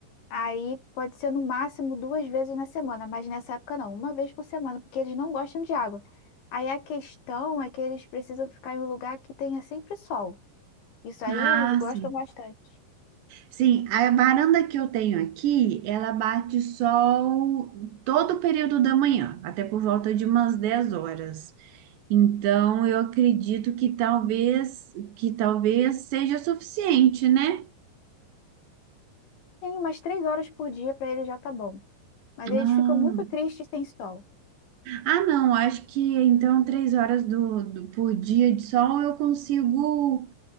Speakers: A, on the left; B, on the right.
A: Aí pode ser no máximo duas vezes na semana, mas nessa época não, uma vez por semana, porque eles não gostam de água. Aí a questão é que eles precisam ficar em um lugar que tenha sempre sol. Isso aí
B: Ah,
A: eles gostam
B: sim.
A: bastante.
B: Sim, a varanda que eu tenho aqui, ela bate sol todo o período da manhã, até por volta de umas 10 horas. Então, eu acredito que talvez que talvez seja suficiente, né?
A: Tem umas três horas por dia para eles já tá bom. Mas
B: Ah.
A: eles ficam muito tristes sem sol.
B: Ah, não, acho que então três horas do, do- por dia de sol eu consigo